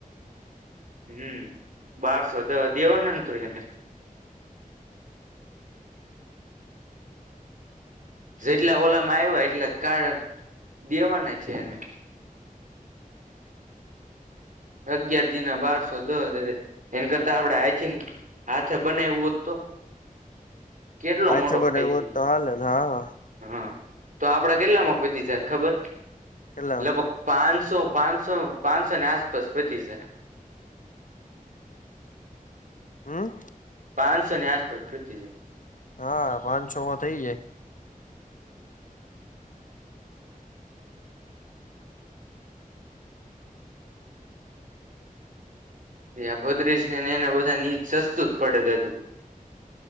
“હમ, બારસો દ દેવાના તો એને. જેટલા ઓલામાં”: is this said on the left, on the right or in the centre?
Right